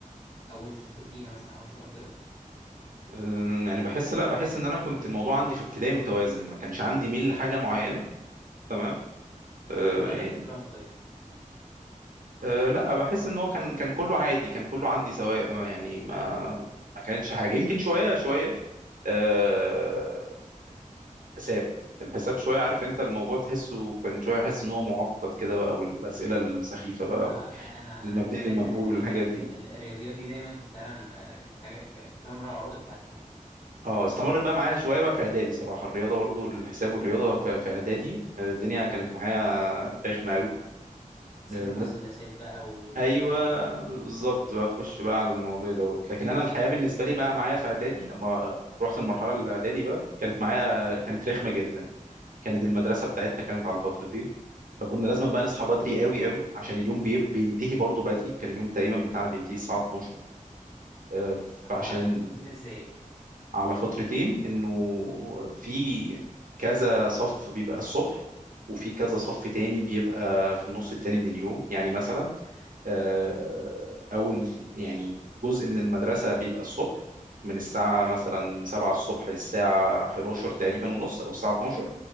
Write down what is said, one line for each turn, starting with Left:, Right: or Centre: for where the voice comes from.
Left: او انت شاطر فيها مثلا او حاجة شبه كده
Right: آه، يعني بحس لا بحس ان انا كنت الموضوع عندي في ابتدائي متوازن ما كانش عندي ميل لحاجة معينة تمام آه،
Left: طب مادة
Right: يعني
Left: بتكرهها طيب
Right: أه لا بحس ان هو كان كان كله عادي كان كله عندي سواء ما- يعني ما ما كانتش حاجه يمكن شويه شويه أه حساب الحساب شويه عارف انت الموضوع تحسه كان شويه احس ان هو معقد كده بقى والاسئله السخيفه بقى
Left: ما انا
Right: المبنيه
Left: انا ده ده
Right: للمجهول
Left: كان الرياضي
Right: والحاجات
Left: الم-
Right: دي
Left: الرياضيات دي دايما كانت فعلا آه، كانت حاجة ك- كانت طول عمرها العقدة بتاعتي يعني
Right: اه استمرت بقى معايا شويه بقى في اعدادي صراحه الرياضه برضو الحساب والرياضه في في اعدادي آه، الدنيا كانت معايا رخمه
Left: حساب
Right: قوي
Left: المثلثات بقى والحاجات
Right: ايوه
Left: دي
Right: بالظبط بقى تخش بقى على الموضوع دوت لكن انا الحياه بالنسبه لي بقى معايا في اعدادي لما رحت المرحله الاعدادي بقى كانت معايا كانت رخمه جدا كانت المدرسه بتاعتنا كانت على فترتين فكنا لازم بقى نصحى بدري قوي قوي عشان اليوم بيب- بينتهي برضو بدري كان اليوم تقريبا بتاعنا بينتهي الساعه 12 آه،
Left: هو
Right: فعشان
Left: على فترتين ازاي
Right: على فترتين انه في كذا صف بيبقى الصبح وفي كذا صف تاني بيبقى في النص التاني من اليوم يعني مثلا آه، اول يعني جزء من المدرسة بيبقى الصبح من الساعة مثلا 7 الصبح للساعة 11 تقريبا ونص أو الساعة 12